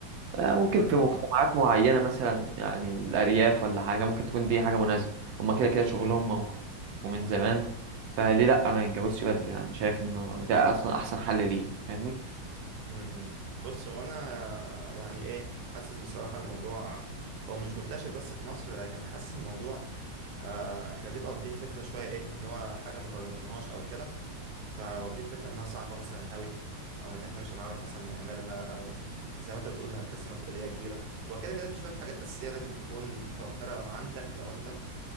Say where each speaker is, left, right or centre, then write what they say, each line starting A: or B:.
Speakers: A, on the right; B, on the right.
A: آه، ممكن
B: فاهمك
A: في مجتمعات
B: اه
A: معينه مثلا يعني الارياف ولا حاجه ممكن تكون دي حاجه مناسبه هما كده كده شغلهم
B: امم
A: موجود ومن زمان فليه لا ما يتجوزش بدري يعني شايف انه ده اصلا احسن حل ليه فاهمني
B: امم بص هو انا يعني ايه حاسس بصراحة الموضوع هو مش منتشر بس في مصر لكن حاسس الموضوع آه احنا بنبقى واخدين فكرة شوية ايه ان هو حاجة مجربناهاش او كده فواخدين فكرة انها صعبة مثلا قوي او ان احنا مش هنعرف مثلا نعملها او زي ما انت بتقول هتحس مسؤولية كبيرة وكده كده في شوية حاجات اساسية لازم تكون متوفرة عندك لو انت